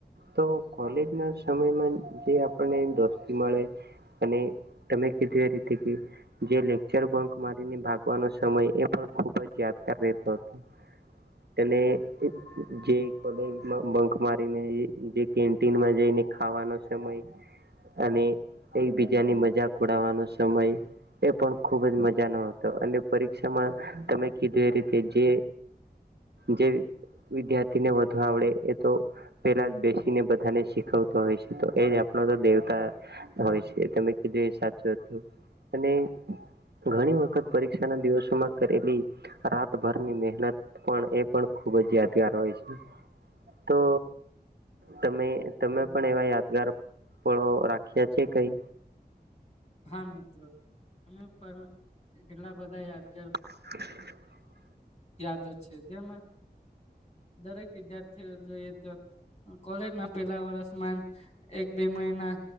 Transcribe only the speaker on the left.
હા મિત્રો અમે પણ કેટલા બધા યાદ
યાદો છે જેમાં દરેક વિદ્યાર્થીઓ જોઈએ તો કોલેજ ના પેલા વર્ષમાં એક બે મહિના